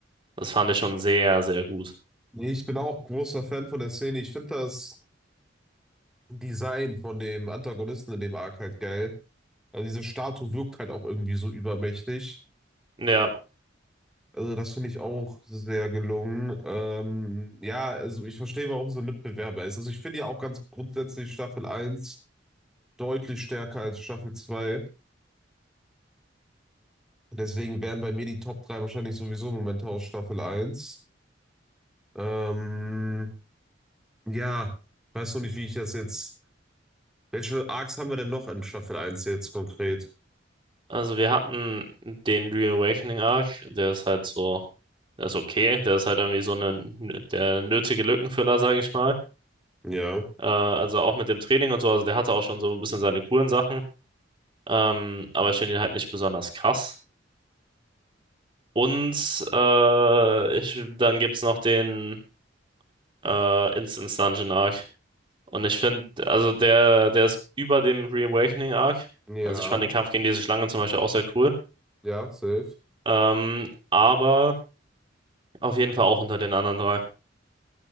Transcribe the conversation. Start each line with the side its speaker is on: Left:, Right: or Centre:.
Right: Das fand ich schon sehr, sehr gut.
Centre: Nee, ich bin auch großer Fan von der Szene. Ich finde das. Design von dem Antagonisten in dem Arc halt geil. Also diese Statue wirkt halt auch irgendwie so übermächtig.
Right: Ja.
Centre: Also das finde ich auch sehr gelungen. Ähm, ja, also ich verstehe, warum sie Mitbewerber ist. Also ich finde ja auch ganz grundsätzlich Staffel eins deutlich stärker als Staffel 2. Deswegen wären bei mir die Top 3 wahrscheinlich sowieso Momente aus Staffel eins. Ähm, ja, weiß noch nicht, wie ich das jetzt. Welche Arcs haben wir denn noch in Staffel eins jetzt konkret?
Right: Also wir hatten den Reawakening Arc, der ist halt so, der ist okay, der ist halt irgendwie so eine, der nötige Lückenfüller, sage ich mal.
Centre: Ja.
Right: Äh, also auch mit dem Training und so, also der hatte auch schon so ein bisschen seine coolen Sachen, ähm, aber ich finde ihn halt nicht besonders krass. Und äh, ich, dann gibt's noch den äh, Instance Dungeon Arc. Und ich finde, also der, der ist über dem Reawakening Arc.
Centre: Ja,
Right: Also ich fand den Kampf gegen diese Schlange zum Beispiel auch sehr cool.
Centre: ja, safe.
Right: Ähm, aber Auf jeden Fall auch unter den anderen drei.